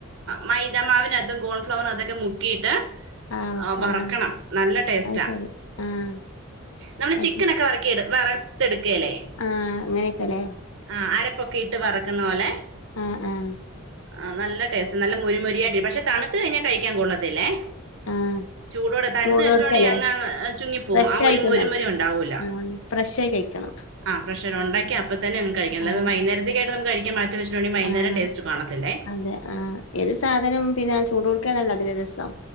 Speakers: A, on the right; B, on the left.
A: മൈദാമാവിന് അതും കോൺഫ്ലവറും അതൊക്കെ മുക്കിയിട്ട്
B: ആഹ് ഒക്കെ
A: ആ വറക്കണം
B: ആഹ്
A: നല്ല ടേസ്റ്റാ
B: അത് ശരി ആഹ്
A: നമ്മള്
B: അത്
A: ചിക്കൻ
B: ശരി
A: ഒക്കെ വറക്കി വറത്തെടുക്കല്ലേ
B: ആഹ് അങ്ങനെയൊക്കെല്ലേ
A: ആഹ് അരപ്പൊക്കെ ഇട്ട് വറക്കുന്ന പോലെ
B: ആഹ് ആഹ്
A: ആഹ് നല്ല ടേസ്റ്റ് നല്ല മുരിമൊരിയാടി പക്ഷെ തണുത്ത് കഴിഞ്ഞാ കഴിക്കാൻ കൊള്ളതില്ലേ <inaudible>
B: ആഹ്
A: ചൂടോടെ തണുത്ത
B: ചൂടോട്ക്കല്ലേ
A: വെച്ചിട്ടോണ്ടെങ്ക അങ്ങ് ചുങ്ങിപ്പോവും
B: ഫ്രഷ്
A: ആ ഒരു
B: ആയി
A: ഒരു
B: തിന്നണം
A: മോരുമൊരു ഉണ്ടാവൂല
B: ആഹ് ഫ്രഷ് ആയി കഴിക്കണം
A: ആഹ് ഫ്രഷ് ഉണ്ടാക്കി അപ്പൊ തന്നങ്ങ് കഴിക്ക അല്ലാതെ
B: ആഹ്
A: വൈകുന്നേരത്തേക്കായിട്ട് നമുക്ക് കഴിക്കാൻ മാറ്റി വെച്ച നി വൈകുന്നേരം
B: ആഹ്
A: ടേസ് റ്റ് കാണത്തില്ലെ
B: അതെ ആഹ് ഏത് സാധനം പിന്നെ ചൂടോട് ക്കാണല്ലോ അതിന്റെ രസം